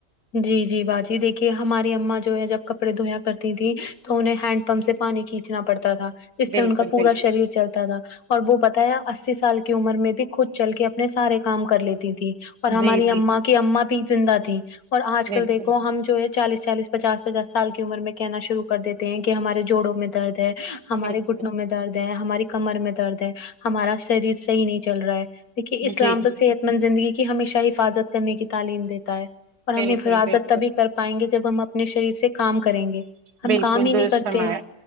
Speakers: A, on the left; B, on the right.
A: جی جی باجی دیکھیے ہماری اما جو ہے جب کپڑے دھویا کرتی تھیں تو انہیں ہینڈ پمپ سے پانی کھینچنا پڑتا تھا جس
B: بالکل
A: سے ان کا پورا
B: بالکل
A: شریر چلتا تھا اور وہ بتایا اسی سال کی عمر میں بھی خود چل کے اپنے سارے کام کر لیتی تھی اور ہماری
B: جی جی
A: اما کی اما بھی زندہ تھی اور آج
B: بالکل
A: کل دیکھو ہم جو ہے چالیس چالیس پچاس پچاس سال کی عمر میں کہنا شروع کر دیتے ہیں کہ ہمارے جوڑوں میں درد ہے ہ ہمارے
B: بالکل
A: گھٹنوں میں درد ہے ہماری کمر میں درد ہے ہمارا شریر صحیح نہیں چل رہا ہے دیکھیے اسلام
B: جی
A: تو صحت مند زندگی کی ہمیشہ حفاظت کرنے کی تعلیم دیتا ہے اور ہم
B: بالکل
A: حفاظت
B: بالکل
A: تبھی کر پائیں گے جب ہم اب اپنے شریر سے کام کریں گے ہم
B: بالکل
A: کام ہی
B: درست
A: نہیں کرتے
B: فرمایا
A: ہیں